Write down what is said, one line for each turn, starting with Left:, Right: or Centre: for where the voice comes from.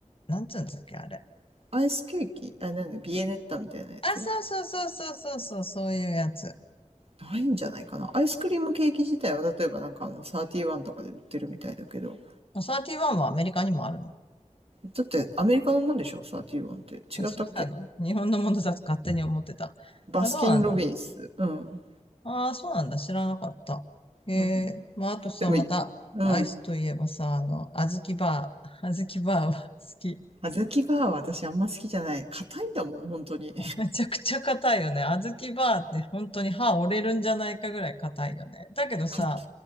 Left: なんつうんだっけ、あれ。
Right: アイスケーキあ、なんだ、ビエネッタみたいなやつ
Left: あ、そうそうそうそうそうそう、そういうやつ。
Right: ないんじゃないかな。アイスクリームケーキ自体は、例えばなんかあの、サーティワンとかで売ってるみたいだけど。
Left: サーティワンはアメリカにもあるの。
Right: だって、アメリカのもんでしょサーティワンって。
Left: あそうなの。
Right: 違ったっけ
Left: 日本のものだと勝手に思ってた。
Right: バスキン・
Left: あ、そうなんだ。
Right: ロビンス。うん。
Left: ああ、そうなんだ。知らなかった。ええまあ、
Right: うん。
Left: あとさ、
Right: でも、
Left: また、
Right: うん。
Left: アイスといえばさ、あの、あずきバー。あずきバーは好き。
Right: 小豆バーは私あんま好きじゃない。硬いんだもん、本当に。
Left: <laughs> めちゃくちゃ硬いよね。小豆バーって本当に歯折れるんじゃないかぐらい硬いよね。だけどさ、
Right: <laughs> 硬い。